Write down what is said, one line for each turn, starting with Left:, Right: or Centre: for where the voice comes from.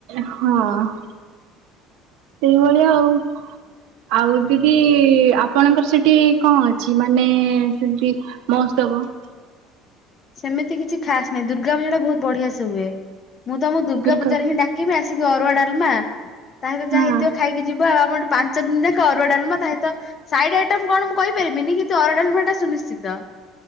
Right: ହଁ ସେଇଭଳିଆ <inaudible> ଆଉ। ଆଉ ଦିଦି ଆପଣଙ୍କର ସେଠି କଣ ଅଛି ମାନେ ସେଠି ମହୋତ୍ସବ ।
Left: ସେମିତି କିଛି ଖାସ୍ ନାହିଁ ଦୁର୍ଗା ପୂଜା ଟା ବହୁତ ବଢିଆ ସେ ହୁଏ। ମୁଁ ତମକୁ ଦୁର୍ଗାପୂଜାରେ
Right: ଦୁର୍ଗା
Left: ହିଁ ଡାକିବି ଆସି ଆସିକି ଅରୁଆ ଡାଲମା ତା ଭିତରୁ
Right: ହଁ।
Left: ଯାହା ହେଇଥିବ ଖାଇକି ଯିବ ଆଉ ଆମର। ପାଞ୍ଚ ଦିନ ଯାକ ଅରୁଆ ଡାଲମା ତା ସହିତ ସାଇଡ ଆଇଟମ କଣ ମୁଁ କହିପାରିବିନି କି କିନ୍ତୁ ଅରୁଆ ଡାଲମା ଟା ସୁନିଶ୍ଚିତ।